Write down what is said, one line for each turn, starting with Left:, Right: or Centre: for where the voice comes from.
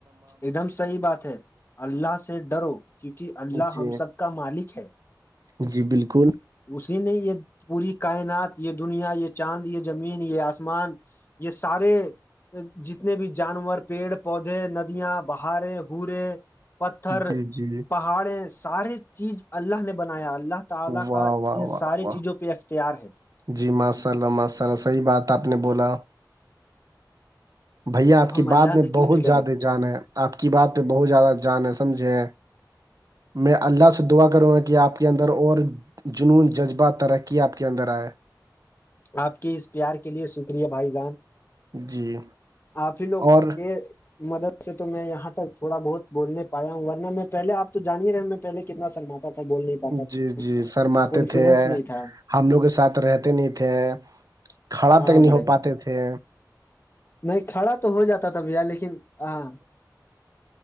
Left: ایک دم صحیح بات ہے اللہ سے ڈرو کیونکہ اللہ
Right: جی
Left: ہم سب کا مالک ہے
Right: جی بالکل
Left: اسی نے یہ پوری کائنات یہ دنیا یہ چاند یہ زمین یہ آسمان یہ سارے جتنے بھی جانور پیڑ پودے ندیاں بہارے ہورے پتھر
Right: جی جی
Left: پا اڑے ساری چیز اللہ نے بنایا اللہ تعالی
Right: واہ
Left: کا
Right: واہ
Left: ان
Right: واہ
Left: ساری
Right: واہ
Left: چیزوں پہ اختیار ہے
Right: جی ماشاء اللہ ماشاء اللہ صحیح بات آپ نے بولا بھیا آپ
Left: تو
Right: کی
Left: ہم
Right: بات
Left: اللہ
Right: میں
Left: سے کیوں
Right: بہت
Left: نہیں ڈرے
Right: زیادہ جانے آپ کی بات پہ بہت زیادہ جانے سمجھے میں اللہ سے دعا کروں گا کہ آپ کے اندر اور جنون جذبہ ترقی آپ کے اندر آئے
Left: آپ کے اس پیار کے لیے شکریہ بھائی جان
Right: جی
Left: آپ ہی لوگ
Right: اور
Left: کے مدد جے تو میں یہاںکوڑا بہت بول پایا ہوں ورنہ میں پہے آپ تو جانیے رہے میں پہے کتنا سرما ہوں بول نہیں پاتا
Right: جی جی شرماتے
Left: کانفیڈینس
Right: تھے
Left: نہیں تھا
Right: ہم لوگ کے ساتھ رہتے نہیں تھے کھڑا
Left: ہاں
Right: تک نہیں
Left: بڑے
Right: ہو پاتے
Left: ب
Right: تھے
Left: نہیں کھڑا تو ہو جاتا تھا بھیا لیکن ہاں